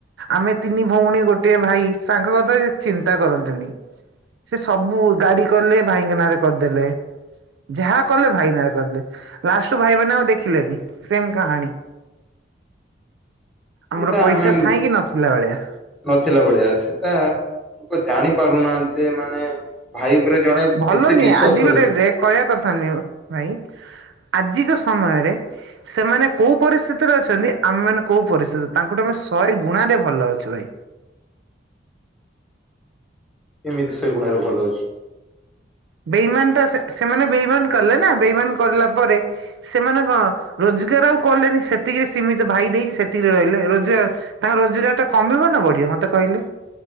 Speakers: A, on the right; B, in the centre.
A: ଆମେ ତିନି ଭଉଣୀ ଗୋଟିଏ ଭାଇ ସାଙ୍ଗ କଥା ସେ ଚିନ୍ତା କରନ୍ତିନି। ସେ ସବୁ ଗାଡି କଲେ ଭାଇଙ୍କ ନାଁରେ କରିଦେଲେ। ଯାହା କଲେ ଭାଇ ନାଁରେ କରିଲେ, ଲାଷ୍ଟକୁ ଭାଇମାନେ ଆଉ ଦେଖିଲେନି, ସେମ କାହାଣୀ।
B: <inaudible>
A: ଆମର
B: ଏଇଟା
A: ପଇସା
B: ଆମେ
A: ଥାଇଁ କିି ନଥିଲା ଭଳିଆ।
B: ନଥିଲା ଭଳିଆ ସେଟା ଲୋକ ଜାଣି ପାରୁନାହାନ୍ତି ମାନେ ଭାଇ ଉପରେ ଜଣେ
A: ଭଲ
B: ଏତେ
A: ନୁହେଁ
B: ବିଶ୍ଵାସ
A: ଆଜି
B: କରୁଚି
A: ଗୋଟେ ରେ କହିବା କଥା ନୁହେଁ ଭାଇ, ଆଜିକା ସମୟରେ ସେମାନେ କୋଉ ପରିସ୍ଥିତିରେ ଅଛନ୍ତି ଆମେମାନେ କୋଉ ପରିସ୍ଥିତି, ତାଙ୍କଠୁ ଆମେ ଶହେ ଗୁଣା ରେ ଭଲ ଅଛୁ ଭାଇ।
B: କେମିତି ଶହେ ଗୁଣାରେ ଭଲ ଅଛି?
A: ବେଇମାନ ଟା ସେ ସେମାନେ ବେଇମାନ କଲେ ନା ବେଇମାନ କରିଲା ପରେ ସେମାନେ କଣ ରୋଜଗାର ଆଉ କଲେନି, ସେତିକିରେ ସୀମିତ ଭାଇ ଦେଇଚି ସେତିକିରେ ରହିଲେ ରୋଜଗାର ତାଙ୍କ ରୋଜଗାରଟା କମିବ ନା ବଢିିବ ମତେ କହିଲେ?